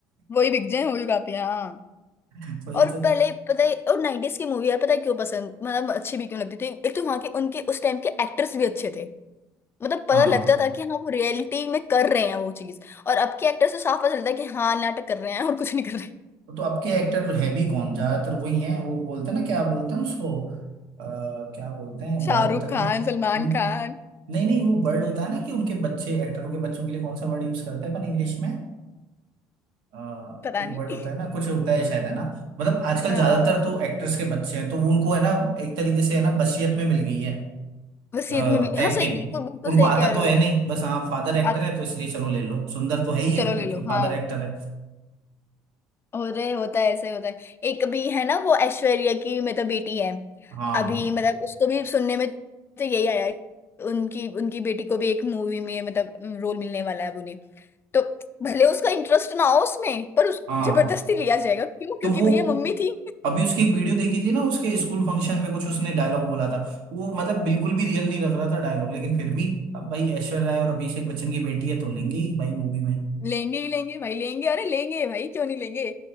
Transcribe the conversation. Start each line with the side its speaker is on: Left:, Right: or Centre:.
Left: वही बिक जाए वही काफी है हाँ
Right: <laughs> वही
Left: और
Right: तो
Left: पहले पता है और 90s की मूवी यार पता है क्यों पसंद मतलब अच्छी भी क्यों लगती थी एक तो वहां के उनके उस टाइम के एक्टर्स भी अच्छे थे मतलब पता
Right: हाँ
Left: लगता था कि हाँ वो रियलिटी में कर रहे हैं वो चीज और अब के एक्टर्स से साफ पता चलता है कि हाँ नाटक कर रहे हैं और कुछ नहीं कर रहे
Right: तो अब के एक्टर है भी कौन ज्यादातर वही हैं वो बोलते हैं ना क्या बोलते हैं उसको आ, क्या बोलते हैं
Left: शाहरुख
Right: बर्ड होता है
Left: खान
Right: ना
Left: सलमान
Right: न-
Left: खान
Right: नहीं नहीं वो बर्ड होता है ना कि उनके बच्चे एक्टरों के बच्चों के लिए कौन सा वर्ड यूज करते हैं अपन इंग्लिश में अ,
Left: पता
Right: एक
Left: नहीं
Right: वर्ड होता है ना कुछ होता है शायद है ना मतलब आजकल
Left: हाँ
Right: ज्यादातर तो एक्टर्स के बच्चे हैं तो उनको है ना एक तरीके से है ना बशियत में मिल गई है
Left: वसीयत
Right: एक्टिंग
Left: में मिली हाँ सही बिल्कुल बिल्कुल
Right: उनको
Left: सही
Right: आता
Left: कह रहे
Right: तो है
Left: हो
Right: नहीं बस हाँ फादर एक्टर
Left: आ,
Right: है तो इसलिए चलो ले लो सुंदर तो है ही है
Left: चलो
Right: क्योंकि
Left: ले लो
Right: फादर
Left: हाँ
Right: एक्टर है
Left: अरे होता है ऐसे ही होता है एक भी है ना वो ऐश्वर्या की मतलब बेटी है
Right: हाँ
Left: अभी मतलब उसको भी सुनने में तो यही आया है उनकी उनकी बेटी को भी एक मूवी में मतलब रोल मिलने वाला है अब उन्हें तो भले उसका इंटरेस्ट ना हो उसमें पर उस
Right: हाँ
Left: जबरदस्ती लिया जाएगा क्यों क्योंकि
Right: तो वो
Left: भैया मम्मी थी
Right: अभी उसकी एक वीडियो देखी थी ना उसके स्कूल फंक्शन में कुछ उसने डायलॉग बोला था वो मतलब बिल्कुल भी रियल नहीं लग रहा था डायलॉग लेकिन फिर भी अब भाई ऐश्वर्या राय और अभिषेक बच्चन की बेटी है तो लेंगे ही भाई मूवी में
Left: लेंगे ही लेंगे भाई लेंगे अरे लेंगे भाई क्यों नहीं लेंगे